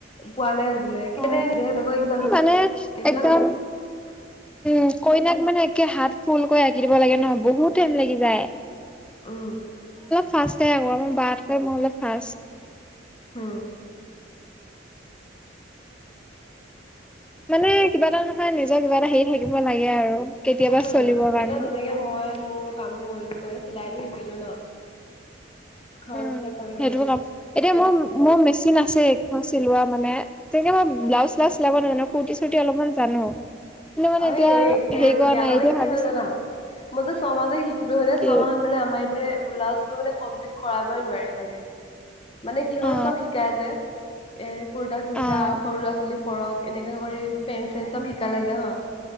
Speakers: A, on the left; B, in the centre.
A: পোৱালে ে
B: অ
A: নি জো এইবিলাক
B: মানে একদম
A: ন
B: উম কইনাক মানে একে হাত ফুলকৈ আঁকি দিব লাগে ন বহুত টাইম লাগি যায়
A: উম
B: ফাৰ্ষ আই বাটক মইলে ফাৰ্ষ
A: উম
B: মানে কিবা এটা নহয় নিজৰ কিবা এটা হেৰি থাকিব লাগে আৰু কেতিয়াবা
A: থাকিব
B: চলিবৰ
A: লাগে
B: কাৰণে
A: এতিয়া যেনেকে মই মোৰ কামটো কৰিলো মানে চিলাইতো শিকিলো ন ঘৰত
B: উম
A: এতিয়া কৰি
B: সেইটো
A: থাকো
B: কাম এতিয়া মোৰ মোৰ মেচিন আছে এখন চিলোৱা মানে তেনেকে মই্ বিলাউজ চিলাউজ চিলাব জানো কূৰ্তি চুৰ্তি অলপমান জানো কিন্তু মানে
A: অ
B: এতিয়া
A: একেই
B: হেৰি
A: হৈছে
B: কৰা
A: দিয়া
B: নাই
A: মানে
B: এতিয়া
A: কি
B: ভাবিছো
A: হল জানা মইতে ছমাহতধৰি শিকিলো হয়
B: কি
A: ছমাহ মানে মাৰ মানে কমপ্লিট কৰাবই নোৱাৰে মানে মানে কি হ'ল
B: অ
A: চব শিকাই যে এৰ কুুৰ্তা চুুৰ্তা
B: অ'
A: সৰু ল'ৰা ছোৱালী ফৰক এনেকে কৰি পেণ্ট চেট চব
B: উম
A: শিকালে
B: উম
A: যে হয়